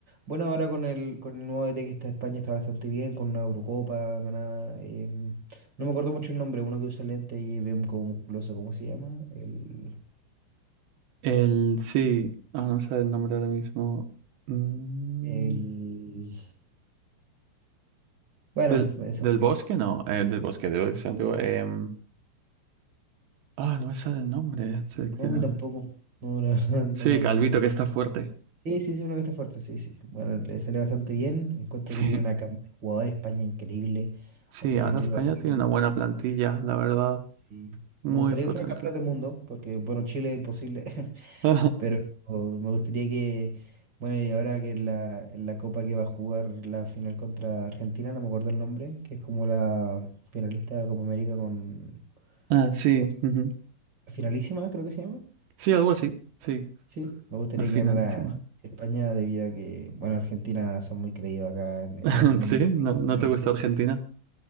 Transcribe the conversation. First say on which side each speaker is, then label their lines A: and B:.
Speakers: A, on the right (about 55°); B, on the right (about 70°).
A: bueno, ahora con el, con el nuevo DT que está en España está bastante bien, con una Eurocopa ganada, em, no me acuerdo mucho el nombre, uno que usa lente y ve como musculoso, ¿cómo se llama? El...
B: El, sí, ah, no sé el nombre ahora mismo. Mm,
A: El... Bueno,
B: del,
A: eso.
B: del bosque, no, eh, del bosque, de Bosque Antiguo. em, ah, no me sale el nombre seleccionado.
A: No, a mí tampoco. No, la <laughs> verdad, no,
B: Sí,
A: me
B: Calvito,
A: no me acuerdo.
B: que está fuerte.
A: Sí, sí, sí, uno que está fuerte, sí, sí. Bueno, le sale bastante bien. Encuentro
B: <laughs> Sí,
A: que tiene una cama de jugadores España increíble.
B: sí,
A: O sea,
B: ahora
A: yo creo
B: España
A: que va a ser.
B: tiene una buena plantilla, la verdad,
A: sí.
B: muy
A: Me gustaría
B: potente.
A: que fuera campeón
B: <laughs>
A: del mundo, porque, bueno, Chile es imposible. <laughs>
B: Ajá.
A: Pero me gustaría que. Bueno, y ahora que en la, en la copa que va a jugar la final contra Argentina, no me acuerdo el nombre, que es como la finalista de Copa América con.
B: Ah, sí,
A: con-
B: ujú.
A: finalísima, creo que se llama.
B: Sí, algo así, sí,
A: Sí, me gustaría
B: la finalísima.
A: que ganara España debido a que, bueno, Argentina son muy creídos acá en, en
B: <laughs>
A: Latinoamérica.
B: Sí, no, no
A: Eh,
B: te gusta Argentina.